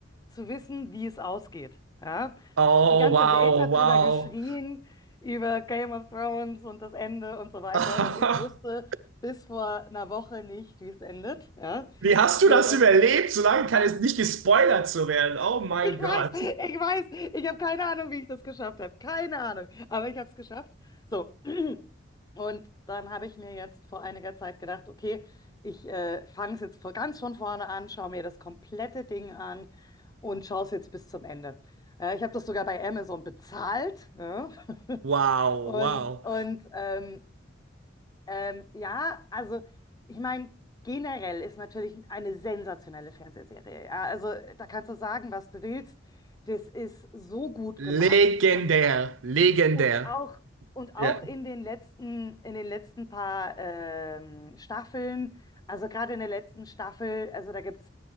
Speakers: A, on the left; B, on the right.
A: zu wissen, wie es ausgeht. Ja.
B: Oh,
A: Die ganze
B: wow,
A: Welt hat
B: wow.
A: darüber geschrien, über Game of Thrones und das Ende und so weiter
B: <laughs>
A: und ich wusste bis vor einer Woche nicht, wie es endet. Ja.
B: Wie hast
A: So,
B: du das
A: und
B: überlebt, solange kann es nicht gespoilert zu werden? Oh mein
A: ich weiß,
B: Gott.
A: ich weiß, ich habe keine Ahnung, wie ich das geschafft habe, keine Ahnung, aber ich habe es geschafft. So. <clears throat> Und dann habe ich mir jetzt vor einiger Zeit gedacht, okay, ich äh, fange es jetzt vor, ganz von vorne an, schaue mir das komplette Ding an und schaue es jetzt bis zum Ende. Äh, ich habe das sogar bei Amazon bezahlt. Ja. <laughs>
B: Wow,
A: Und,
B: wow.
A: und ähm, ähm, ja, also ich meine, generell ist natürlich eine sensationelle Fernsehserie. Ja. Also da kannst du sagen, was du willst. Das ist so gut
B: Legendär,
A: gemacht und
B: legendär.
A: und auch, und auch
B: Ja.
A: in den letzten, in den letzten paar ähm, Staffeln, also gerade in der letzten Staffel, also da gibt es